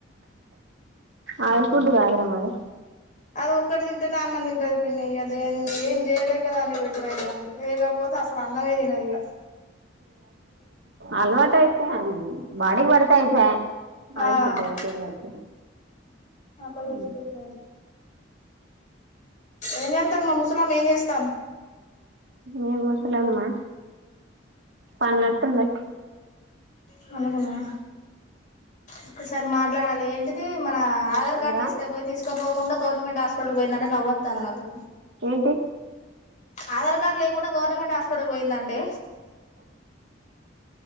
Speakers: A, on the right; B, on the left.
A: అయల్ ఫుడ్ కాదుర మరే
B: అదోక్కడ తింటేనే అన్నం తింటది పిన్ని దాన్ని ఏం చేయలేక దాన్ని పెట్టుదైతంది లేకపోతే అసలు అన్నమే తినదిగ
A: అలవాటయితే అది బాడి బడికి పడితే అయిపోయే ఆయిల్
B: ఆ
A: ఫుడ్ అయితే ఆయితే
B: అక్కడ చూసుకోట్లేదు
A: ఉమ్
B: ఏం చేస్తాను మా ముసలమ్మ ఏం చేస్తాంద్
A: మీ ముసలమ్మా పన్నట్టుంది
B: పండుకున్నద ఒక్కసారి మాట్లాడాలి ఏంటిది మన ఆధార్
A: ఏందిరా
B: కార్డు తీసుకపోయి తీసుకోపో కుండా గవర్నమెంట్ హాస్పిటల్ పోయిందంటే నవ్వోత్తంది నాకు
A: ఏంటి
B: ఆధార్ కార్డు లేకుండా గవర్నమెంట్ హాస్పిటల్ పోయిందంటే